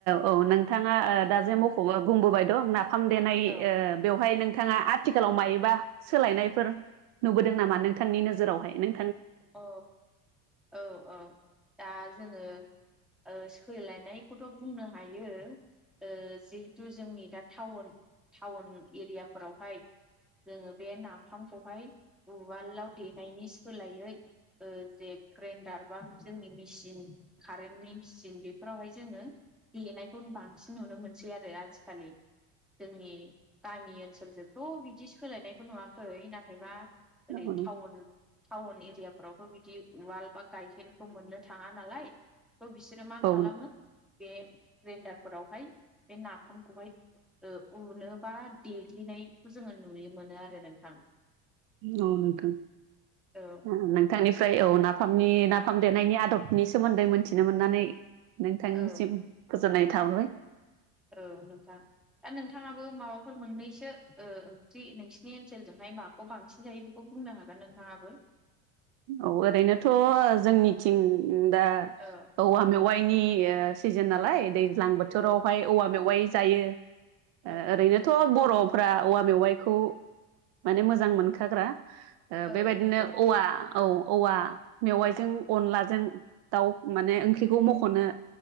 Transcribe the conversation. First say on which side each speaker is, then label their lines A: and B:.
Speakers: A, on the right; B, in the centre.
A: औ औ नोंथाङा ओ दा जे मख'बो बुंबोबाय दं ना फामदेनाय
B: औ
A: ओ बेवहाय नों थाङा आथिखालाव मायोबा सोलायनायफोर नुबोदों नामा नोंथांनि नोजोरावहाय? नों
B: अ औ औ। दा जोङो ओ सोलायनायखौथ' बुंनो हायो। ओ जिहेथु जोंनि दा थाउन थाउन इरियाफोरावहाय जोङो बे नाफामखौहाय उवालाव देनायनि सोलायै ओ जे ग्रेइन्डार बा जोंनि मेसिन कारेन्टनि मिचिन बेफोरावहाय जोङो देनायखौन बांसिन नुनो मोनसै आरो आजिखालि। जोंनि गामि ओनसोलजोंथ' बिदि सोलायनायखौ नुवाखै। नाथायबा ओरै
A: औ नोंथां
B: थाउन थाउन एरिया फ्रावथ' बिदि उवाल बा गायहेनखौ मोननो थाङा नालाय। थ' बिसोरो मा
A: औ
B: खालामो बे ग्रेन्डारफोरावहाय बे नाफामखौहाय ओ उनो बा देग्लिनायखौ जोङो नुयो मोनो आरो नोंथां।
A: अ नोंथां।
B: औ
A: आ नों थांनिफ्राय औ नाफामनि नाफाम देनायनि आदबनि सोमोन्दै मोन्थिनो मोननानै नोंथांनिसिम
B: औ
A: गोजोननाय थाहरबाय।
B: औ नोंथां दा नोंथाङाबो माबाफोर मोननैसो ओ ओंथि नोंसिनि ओनसोलजोंहाय माखौ बांसिन जायो बेखौ बुं बुंनो हागोन नोंथाङाबो।
A: औ ओरैनोथ' ओ जोंनिथिं उम दा
B: औ
A: औवा मेवाइनि ओ सिजोन नालाय दै ज्लां बोथोरावहाय
B: औ
A: औवा मेवाय जायो।
B: नंगौ
A: ओ ओरैनोथ' बर' फ्रा औवा मेवाइखौ माने मोजां मोनखाग्रा। ओ
B: औ
A: बेबायदिनो
B: नंगौ
A: औवा औ औवा मेवाइजों अनलाजों दाउ माने ओंख्रिखौ मख'नो